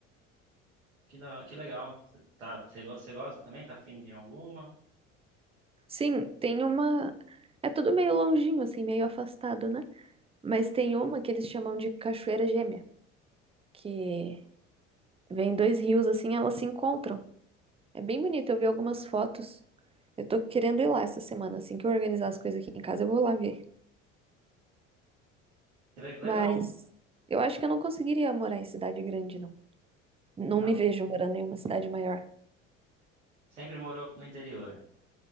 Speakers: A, on the right; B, on the right.
A: Que, da, que legal. Você tá, você go- você gosta também? Tá afim de alguma?
B: Sim, tem uma. É tudo meio longinho, assim, meio afastado, né? Mas tem uma que eles chamam de Cachoeira Gêmea, que vem dois rios assim, elas se encontram. É bem bonito, eu vi algumas fotos. Eu tô querendo ir lá essa semana, assim que eu organizar as coisas aqui em casa, eu vou lá ver.
A: Que le- legal.
B: Mas eu acho que eu não conseguiria morar em cidade grande, não. Não
A: Não,
B: me
A: co-
B: vejo morando em uma cidade maior.
A: sempre morou no interior,